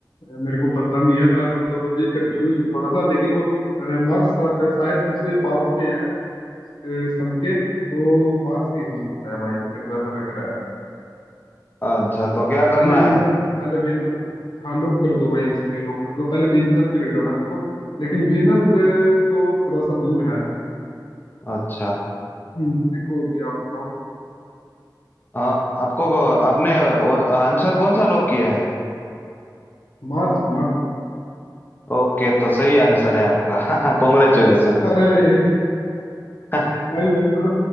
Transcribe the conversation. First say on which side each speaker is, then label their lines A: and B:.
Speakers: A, on the left (about 80°); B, on the left (about 25°).
A: अ, मेरे को पता नहीं है मैं मतलब अभी कंफ्यूज हूँ थोड़ा सा लेकिन वो अ, मार्स शा- शायद सबसे पास में है सन के तो मार्स ही हो सकता है भाई मेरे को ऐसा लग रहा है
B: अच्छा तो क्या करना
A: पहले वीनस
B: है
A: पहले वीनस हाँ लॉक कर दो भाई इस पे लॉक कर दो पहले वीनस भी लग रहा था मेरे को लेकिन वीनस तो थोड़ा सा दूर है
B: अच्छा
A: हम्म, देखो अभी आप बताओ
B: हाँ आपको आपने आंसर कौन सा लॉक किया है
A: Mars Mars
B: ओके तो सही आंसर है आपका <laughs> कॉन्ग्रेचुलेशन
A: अरे
B: <laughs>
A: भाई मेरे को